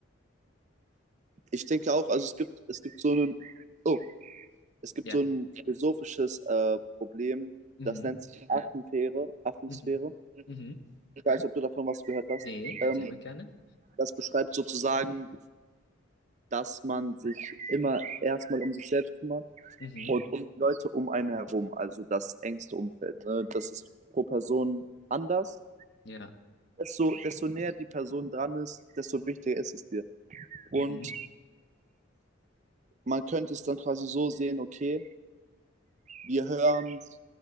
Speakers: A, on the right; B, on the left.
A: ich denke auch, also es gibt, es gibt so einen, oh, es gibt
B: Ja.
A: so ein philosophisches äh, Problem,
B: Mhm.
A: das nennt sich Affenfähre, Affensphäre.
B: Mhm. Mhm.
A: Ich weiß nicht, ob du davon was gehört hast.
B: Nee, erzähl
A: Ähm,
B: mal gerne.
A: das beschreibt sozusagen dass man sich immer erstmal um sich selbst kümmert
B: Mhm.
A: und um die Leute um einen herum, also das engste Umfeld. Ne? Das ist pro Person anders.
B: Ja.
A: Desto, desto näher die Person dran ist, desto wichtiger ist es dir. Und
B: Mhm.
A: man könnte es dann quasi so sehen, okay, wir hören,